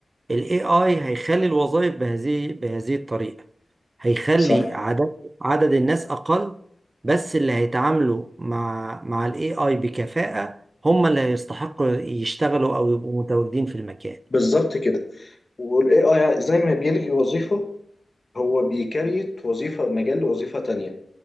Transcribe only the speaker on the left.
صح
بالظبط كده والاي اي زي ما بيلغي وظيفه هو بيكريت وظيفه مجال لوظيفه تانية